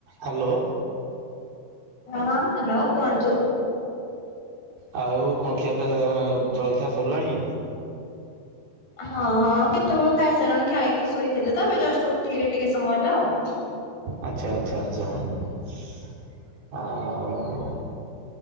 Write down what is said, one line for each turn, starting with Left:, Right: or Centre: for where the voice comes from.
Right: <inaudible> Hello.
Left: ହଁ hello କୁହନ୍ତୁ।
Right: ଆଉ କଣ ଖିଆପିଆ ଆ ଜଳଖିଆ ସରିଲାଣି?
Left: ହଁ ହଁ କେତେବେଳୁ ଖାଇସାରିଲଣି ଖାଇକି ଶୋଇଥିଲେ ତ ଏବେ ଜଷ୍ଟ ଉଠିଲି ଟିକେ ସମୟଲା ଆଉ।
Right: ଆଛା -ଆଚ୍ଛା -ଆଛା- ଆଉ